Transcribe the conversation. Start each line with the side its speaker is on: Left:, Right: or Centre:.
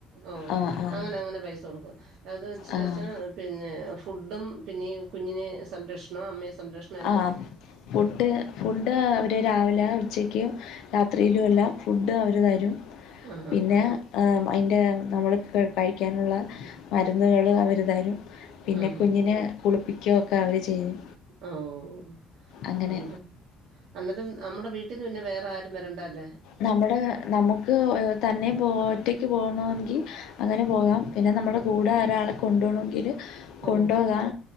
Right: ഓ
Left: ആഹ് ആഹ്
Right: അങ്ങനെ അങ്ങനെ പൈസ കൊടുക്കും അത് ച്ച
Left: ആഹ്
Right: ച്ചാ പിന്നെ ഫുഡും പിന്നീകുഞ്ഞിനെ സംരക്ഷണം അമ്മയെ സംരക്ഷ്
Left: ആഹ് ഫുഡ് ഫുഡ് അവര് രാവിലെ ഉച്ചക്കു രാത്രിയിലു എല്ലാം ഫുഡ് അവര് തരും
Right: ആ ഹാ
Left: പിന്നെ
Right: ഹാ
Left: ആം അയിൻ്റെ നമ്മൾ കഴിക്കാനുള്ള മരുന്നുകൾ അവര് തരും. പിന്നെ
Right: ആ ഹാ
Left: കുഞ്ഞിനെ കുളിപ്പിക്കെക്ക അവര് ചെയ്യും
Right: ഓഹ്
Left: അങ്ങനെ
Right: അന്ന്ട്ട് അന്നിട്ട് ഉം അമ്മടെ വീട്ടീന്ന് പിന്നെ വേറ ആരും വരേണ്ടല്ലേ
Left: നമ്മടെ നമുക്ക് തന്നെ പോറ്റയ്ക്ക് പോണോങ്കി അങ്ങനെ പോകാം. പിന്നെ നമ്മടെ കൂടെ രാളെ കൊണ്ടു പോണോങ്കില് കൊണ്ടോകാം.
Right: ഓ